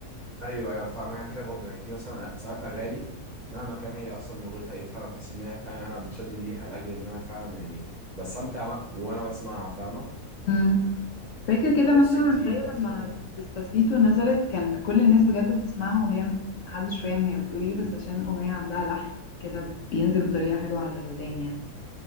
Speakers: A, on the right (about 40°); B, on the left (about 65°).
A: ايوه ايوه فاهم انا كده برضو يعني في مثلا ساعات اغاني مهما كان هي اصلا لغتها ايه فعلا بحس ان هي فعلا انا بتشد ليها لاجل ان انا فعلا يعني بستمتع وأ- وانا بسمعها فاهمه
B: مم. فاكر كده
A: فبص
B: مثلا
A: انت
B: زي لما
A: مثلا
B: ديسباسيتو نزلت كان كل الناس بجد بتسمعها وهي محدش فاهم هي بتقول ايه بس عشان الاغنية عندها لحن كده بينزل بطريقة حلوة على الودان يعني